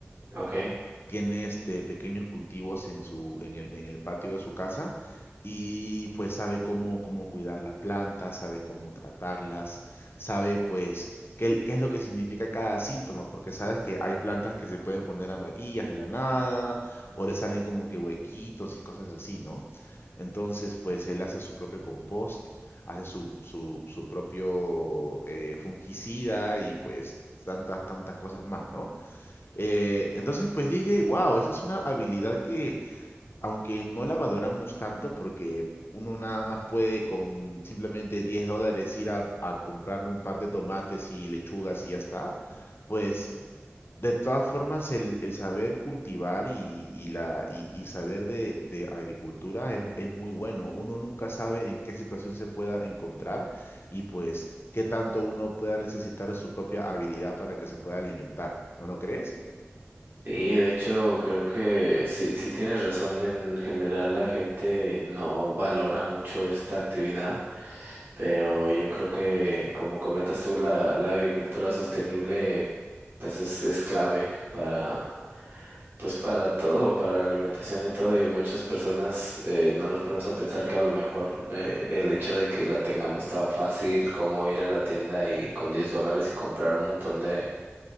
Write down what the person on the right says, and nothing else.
ok.
Sí, de hecho, creo que sí, sí tienes razón. En general, la gente no valora mucho esta actividad, pero yo creo que, como comentas tú, la, la agricultura sostenible, pues es, es clave para, Pues para todo, para la alimentación y todo, y muchas personas eh, no nos ponemos a pensar que a lo mejor eh, el hecho de que la tengamos tan fácil como ir a la tienda y con 10 dólares y comprar un montón de,